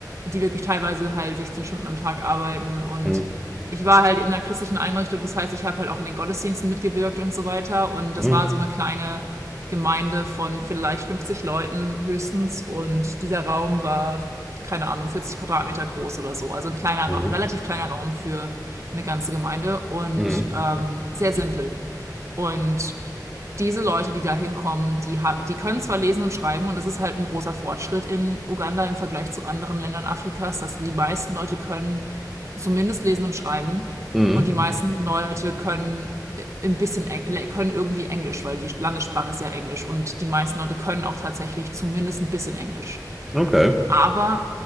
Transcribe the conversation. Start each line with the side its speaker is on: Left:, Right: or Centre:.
Right: die wirklich teilweise halt 16 Stunden am Tag arbeiten und
Centre: Mhm.
Right: ich war halt in einer christlichen Einrichtung, das heißt, ich habe halt auch in den Gottesdiensten mitgewirkt und so weiter und das
Centre: Mhm.
Right: war so eine kleine Gemeinde von vielleicht 50 Leuten höchstens und dieser Raum war keine Ahnung 40 Quadratmeter groß oder so, also ein kleiner,
Centre: Mhm.
Right: relativ kleiner Raum für eine ganze Gemeinde und
Centre: Mhm.
Right: ähm, sehr simpel und diese Leute, die da hinkommen, die, die können zwar lesen und schreiben und das ist halt ein großer Fortschritt in Uganda im Vergleich zu anderen Ländern Afrikas, dass die meisten Leute können zumindest lesen und schreiben
Centre: Mhm.
Right: und die meisten Leute können äh, ein bisschen Eng können irgendwie Englisch, weil die Landessprache ist ja Englisch und die meisten Leute können auch tatsächlich zumindest ein bisschen Englisch.
Centre: Okay.
Right: Aber